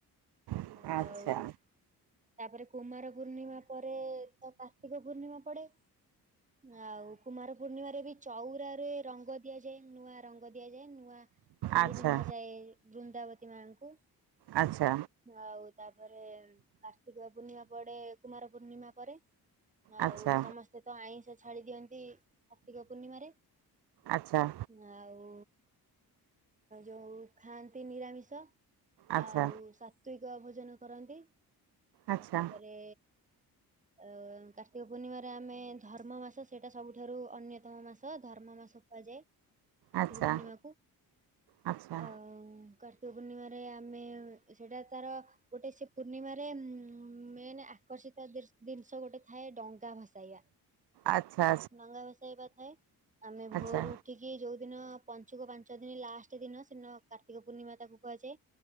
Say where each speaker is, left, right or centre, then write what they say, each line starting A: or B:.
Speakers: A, on the right; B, on the right.
A: ଆଚ୍ଛା
B: ହଁ- ଆଉ ତାପରେ କୁମାର ପୂର୍ଣ୍ଣିମା ପରେ ତ କାର୍ତ୍ତିକ ପୂର୍ଣ୍ଣିମା ପଡେ। ଆଉ କୁମାର ପୂର୍ଣ୍ଣିମାରେ ବି ଚଉରାରେ ରଙ୍ଗ ଦିଆଯାଏ ନୂଆ ରଙ୍ଗ ଦିଆଯାଏ ନୂଆ ଶାଢୀ
A: ଆଚ୍ଛା ଆଚ୍ଛା
B: ପିନ୍ଧାଯାଏ
A: ଆଚ୍ଛା
B: ବୃନ୍ଦାବତୀ ମାଙ୍କୁ
A: ଆଚ୍ଛା
B: ଆଉ ତାପରେ କାର୍ତ୍ତିକ ପୂର୍ଣ୍ଣିମା ପଡେ କୁମାର ପୂର୍ଣ୍ଣିମା ପରେ ଆଉ
A: ଆଚ୍ଛା ଆଚ୍ଛା
B: ସମସ୍ତେ ସେ ତ ଆଇଁଷ ଛାଡି ଦିଅନ୍ତି କାର୍ତ୍ତିକ ପୂର୍ଣ୍ଣିମାରେ।
A: ଆଚ୍ଛା।
B: ଆଉ ଯଉ ଖାଆନ୍ତି ନିରାମିଷ।
A: ଆଚ୍ଛା
B: ଆଉ ସାତ୍ତ୍ୱିକ ଭୋଜନ କରନ୍ତି
A: ଆଚ୍ଛା
B: ତାପରେ ଆ- କାର୍ତ୍ତିକ ପୂର୍ଣ୍ଣିମାରେ ଆମେ ଧର୍ମ ମାସ ସେଇଟା ସବୁଠାରୁ ଅନ୍ୟତମ ମାସ ଧର୍ମ ମାସ କୁହାଯାଏ। କାର୍ତ୍ତିକ
A: ଆଚ୍ଛା
B: ପୂର୍ଣ୍ଣିମାକୁ
A: ଆଚ୍ଛା
B: ଅ-କା ପୂର୍ଣ୍ଣିମାରେ ଆମେ ସେଇଟା ତାର ଗୋଟେ ସେ ପୂର୍ଣ୍ଣିମାରେ ମେନେ ଆକର୍ଷିତ ଦି-ଜିନିଷ ଗୋଟେ ଥାଏ ଡଙ୍ଗା ଭସାଇବା।
A: ଆଚ୍ଛା
B: ଡଙ୍ଗା ଭସେଇବା ଥାଏ ଆମେ
A: ଆଚ୍ଛା
B: ଭୋରୁ ଉଠିକି କିଏ ଯଉ ଦିନ ପଞ୍ଚୁକ ପାଞ୍ଚ ଦିନ ଲାଷ୍ଟେ ଦିନ ସେଦିନ କାର୍ତ୍ତିକ ପୂର୍ଣ୍ଣିମା ତାକୁ କୁହାଯାଏ।